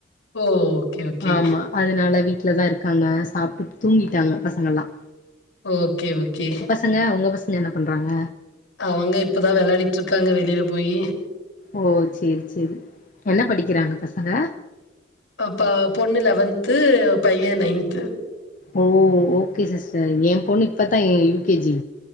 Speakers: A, on the left; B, on the left.
A: ஓ ஓகே ஓகே
B: ஆமா அதனால வீட்டிலா தா இருக்காங்க சாப்ட்டு தூங்கிட்டாங்க பசங்கள்லா
A: ஓகே ஓகே
B: பசங்க ஒங்க பசங்க என்ன பண்றாங்க
A: அவங்க இப்ப தா விளாடிட்டுருக்காங்க வெளியில போய்
B: ஓ செரி செரி என்ன படிக்கிறாங்க பசங்க
A: ப பொண்ணு லெவன்த்து பையன் நைன்த்து
B: ஓ ஓகே சிஸ்டர் ஏ போண்ணு இப்பத்தா யு கே ஜி